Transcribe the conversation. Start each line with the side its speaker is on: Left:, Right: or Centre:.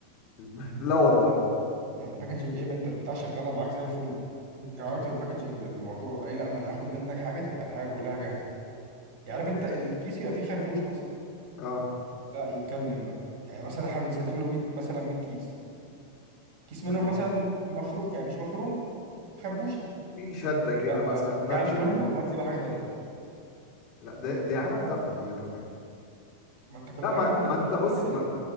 Left: <laughs> لا والله
Right: يعني الباكجينج ايه ما انت البتاع شغالة معاك زي الفل
Left: مم.
Right: يعني علاقة الباكجينج بالموضوع اي لا ما انا هاخد منك حاجة تبقى الحاجة كلها جاهزة يعني عارف انت الكيس يبقى فيه خربوش مثلا
Left: اه
Right: لا يتكلم بقى يعني مثلا احنا بنسلم له 100 مثلا 100 كيس كيس منهم
Left: تمام
Right: مثلا مخروم يعني مش مخروم خربوشه
Left: في شدة كده
Right: لا
Left: مثلا
Right: آه، رجع
Left: ناتشا
Right: لي كله وهات لي بقى حاجه تانيه
Left: لا دي, دي عالم تافهة دي يا راجل
Right: ما انت كل
Left: لا ما,
Right: اغلب الناس
Left: ما
Right: بقى
Left: انت بص
Right: بقت كده
Left: ما,
Right: دلوقتي